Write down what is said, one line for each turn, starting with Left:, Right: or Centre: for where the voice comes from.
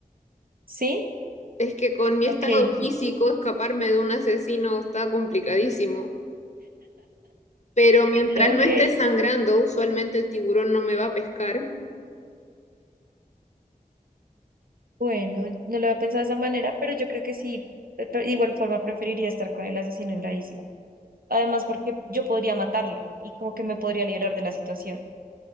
Right: ¿Sí?
Left: Es que con mi
Right: Ok.
Left: estado
Right: <laughs>
Left: físico, escaparme de un asesino está complicadísimo, pero mientras
Right: Ok.
Left: no esté sangrando, usualmente el tiburón no me va a pescar.
Right: Bueno, no lo había pensado de esa manera, pero yo creo que sí. De to- igual forma preferiría estar con el asesino en la isla. Además, porque yo podría matarlo y como que me podría librar de la situación,